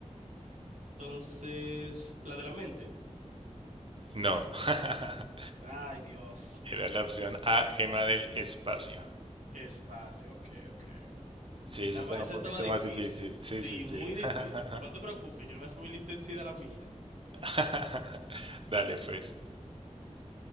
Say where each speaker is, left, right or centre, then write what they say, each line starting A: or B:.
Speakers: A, on the right (about 75°); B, on the right (about 45°).
A: Entonces, la de la mente.
B: no. <laughs>
A: Ay, Dios.
B: Era la opción A, gema del espacio.
A: Espacio, ok, ok.
B: Sí, esa
A: Estaba,
B: estaba
A: esa
B: un poquito
A: estaba difícil.
B: más difícil. Sí,
A: Sí,
B: sí, sí.
A: muy difícil,
B: <laughs>
A: pero no te preocupes, yo le voy a subir la intensidad a la mía.
B: <laughs> Dale pues.